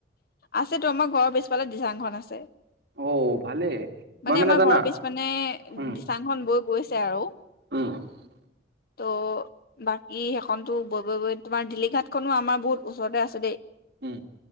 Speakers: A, on the left (about 55°); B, on the right (about 60°).
A: আছেতো আমাৰ ঘৰৰ পিছফালে দিচাংখন আছে।
B: অ ভালেই মই
A: মানে আমাৰ
B: জানা
A: ঘৰৰ পিছপিনে
B: উম
A: দিচাংখন বৈ গৈছে আৰু।
B: <inaudible>
A: ত' বাকী সেইখনতো বৈ বৈ বৈ তোমাৰ দিলীঘাটখনো আমাৰ বহুত ওচৰতে আছে দেই।
B: উম।